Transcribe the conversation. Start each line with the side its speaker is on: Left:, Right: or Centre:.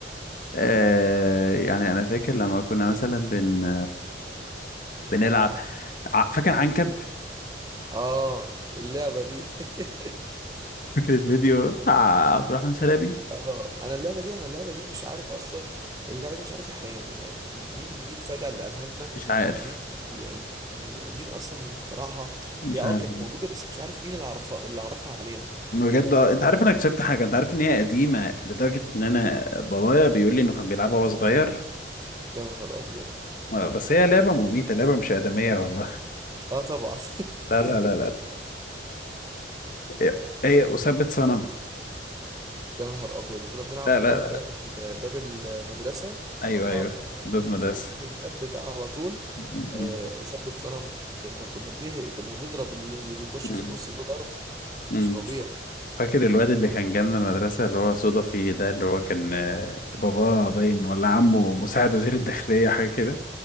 Left: آه يعني انا فاكر لما كنا مثلا بن بنلعب ع- فاكر عنكب
Right: اه اللعبه دي <laughs>
Left: فاكر الفيديو بتاع عبد الرحمن شلبي
Right: اه انا اللعبه دي انا اللعبه دي مش عارف اصلا اللعبه دي مش عارف احنا يعني يعني مين مين فجاه اللي قالها لنا
Left: مش عارف
Right: ومين اللي يعني يعني مين اصلا اللي اخترعها
Left: مش
Right: هي اه
Left: عارف
Right: كانت موجوده بس مش عارف مين اللي عرفها اللي عرفها علينا
Left: بجد آه، انت عارف انا اكتشفت حاجه انت عارف ان هي قديمه لدرجه ان انا بابايا بيقول لي انه كان بيلعبها وهو صغير
Right: يا نهار ابيض
Left: اه بس هي لعبة مميتة لعبة مش آدمية والله
Right: اه طبعا <laughs>
Left: لا لا لا لا هي هي أثبت صنم
Right: يا نهار ابيض وكنا بنلعب
Left: لا
Right: قدام
Left: لا لا
Right: باب ال- باب المدرسه
Left: أيوه
Right: كنا بنلعب
Left: أيوه ضد مدرسة
Right: في قدام الباب بتاع على طول
Left: م-
Right: آه ثبت صنم كنا كنا بنهق كنا بنضرب اللي بيخش
Left: م-
Right: في النص ده ضرب
Left: م.
Right: مش طبيعي
Left: فاكر الواد اللي كان جالنا المدرسة اللي هو صدى فيه ده اللي هو كان آه، باباه باين ولا عمه مساعد وزير الداخلية حاجة كده